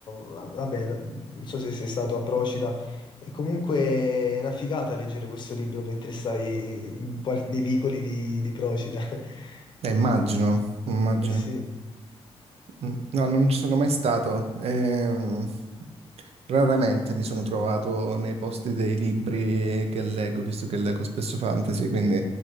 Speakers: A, on the left; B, on the right.
A: va- vabbè, non so se sei stato a Procida, è comunque una figata leggere questo libro mentre stai in qual- nei vicoli di, di Procida. <laughs>
B: Eh, immagino, immagino.
A: Eh Sì.
B: Mm, No, non ci sono mai stato. Ehm, raramente mi sono trovato nei posti dei libri che leggo, visto che leggo spesso fantasy, quindi